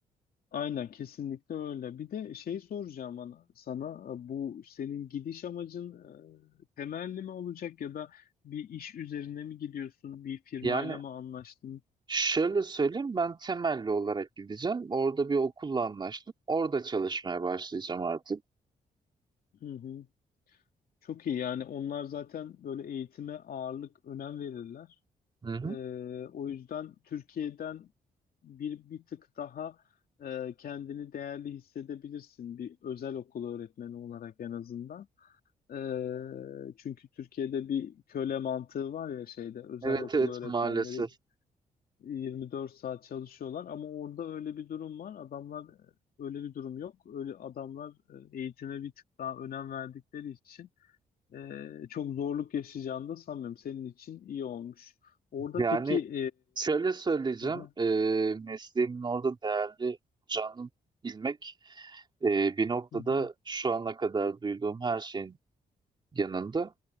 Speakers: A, on the left; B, on the right.
A: Aynen kesinlikle öyle. Bir de şey soracağım bana, sana bu senin gidiş amacın e, temelli mi olacak ya da bir iş üzerine mi gidiyorsun? Bir firmayla
B: Yani
A: mı anlaştın?
B: şöyle söyleyeyim ben temelli olarak gideceğim. Orada bir okulla anlaştım. Orada çalışmaya başlayacağım artık.
A: Hı hı. Çok iyi yani onlar zaten böyle eğitime ağırlık önem verirler.
B: Hı hı.
A: Ee, o yüzden Türkiye'den bir bir tık daha e, kendini değerli hissedebilirsin bir özel okul öğretmeni olarak en azından. Ee, çünkü Türkiye'de bir köle mantığı var ya şeyde özel
B: Evet
A: okul
B: evet
A: öğretmenleri
B: maalesef.
A: 24 saat çalışıyorlar ama orada öyle bir durum var. Adamlar öyle bir durum yok. Öyle adamlar e, eğitime bir tık daha önem verdikleri için e, çok zorluk yaşayacağını da sanmıyorum. Senin için iyi olmuş. Orada
B: Yani
A: peki
B: şöyle söyleyeceğim.
A: Hı hı,
B: E, mesleğimin orada değerli canını bilmek e, bir noktada
A: hı hı.
B: şu ana kadar duyduğum her şeyin yanında